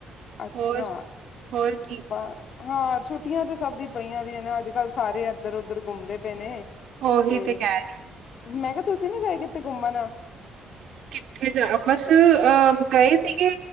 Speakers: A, on the left (about 60°); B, on the right (about 70°).
A: ਅੱਛਾ
B: ਹੋਰ ਹੋਰ ਕੀ
A: ਬ ਹਾਂ ਛੁੱਟੀਆਂ ਤੇ ਸਭ ਦੀ ਪਈਆਂ ਦੀਆਂ ਨੇ ਅੱਜ ਕੱਲ੍ਹ ਸਾਰੇ ਇੱਧਰ ਉੱਧਰ ਘੁੰਮਦੇ ਪਏ ਨੇ।
B: ਉਹੀ
A: ਤੇ
B: ਕਹਿ
A: ਮੈਂ ਕਿਹਾ ਤੁਸੀਂ ਨਾਹੀ ਗਏ ਕਿਤੇ ਘੁੰਮਣ
B: ਕਿੱਥੇ ਜਾਣਾ ਬਸ ਗਏ ਸੀਗੇ